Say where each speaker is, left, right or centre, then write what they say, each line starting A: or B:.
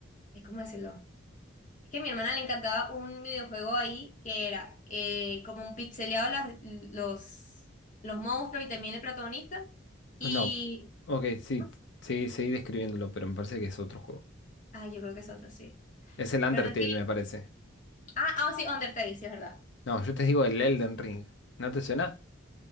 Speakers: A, on the left; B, on the left.
A: es como decirlo. Es que a mi hermana le encantaba un videojuego ahí que era eh, como un pixeleado las- los, los monstruos y también el protagonista. Y,
B: No. Ok, sí,
A: ¿no?
B: sí, seguí describiéndolo, pero me parece que es otro juego.
A: ay, yo creo que es otro, sí.
B: Es el Undertale,
A: Pero sí,
B: me parece.
A: ah, ah, sí, Undertale, sí, es verdad.
B: No, yo te digo el Elden Ring. ¿No te suena?